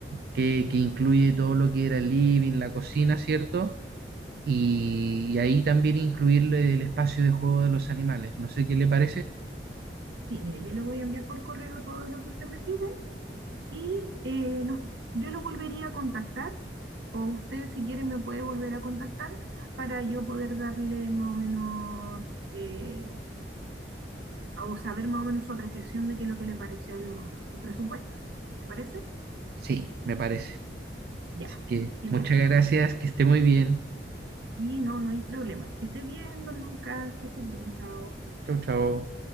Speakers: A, on the right; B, on the right.
A: que, que incluye todo lo que era el living, la cocina, ¿cierto? Y, ahí también incluirle el espacio de juego de los animales. No sé qué le parece.
B: Sí, mire, yo le voy a enviar por correo todo lo que usted me pide y eh, nos- yo lo volvería a contactar o usted si quiere me puede volver a contactar para yo poder darle más o menos eh, o saber más o menos su apreciación de qué es lo que le pareció los, los presupuestos. ¿Me parece?
A: Sí, me parece.
B: Ya,
A: Así que
B: genial.
A: muchas gracias, que esté muy bien.
B: Y no, no hay problema. Que esté bien, don Lucas, que esté bien, chao.
A: Chau, chau.